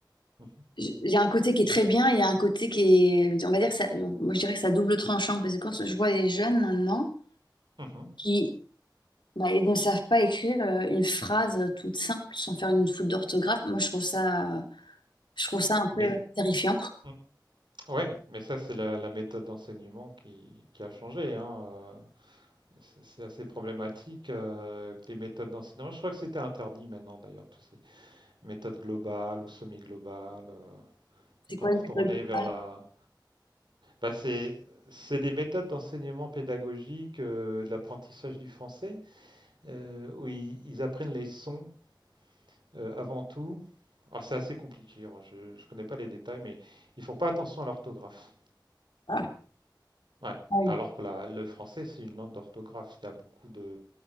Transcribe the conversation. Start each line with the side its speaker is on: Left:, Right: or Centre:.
Right: Mmh mh.
Left: je- il y a un côté qui est très bien, il y a un côté qui est, on va dire que ça, moi je dirais que ça double tranchant parce que quand je vois les jeunes maintenant
Right: Mmh
Left: qui bah, ils ne savent pas écrire euh, une phrase toute simple sans faire une faute d'orthographe, moi je trouve ça, je trouve ça un
Right: Mais
Left: peu terrifiant.
Right: mm, ouais, mais ça c'est la, la méthode d'enseignement qui, qui a changé, hein, euh, C'est c'est assez problématique euh, que les méthodes d'enseignement. Je crois que c'était interdit maintenant d'ailleurs, toutes ces méthodes globales ou semi-globales, euh, et
Left: C'est
Right: qu'on
Left: quoi
Right: retournait
Left: le code
Right: vers
Left: rural?
Right: la. Bah, c'est c'est des méthodes d'enseignement pédagogique, euh, de l'apprentissage du français, euh, où ils, ils apprennent les sons euh, avant tout. Alors, c'est assez compliqué, hein, je ne connais pas les détails, mais ils font pas attention à l'orthographe.
Left: Ah,
Right: Ouais,
Left: ouais.
Right: alors que la- le français, c'est une langue d'orthographe. Il y a beaucoup de,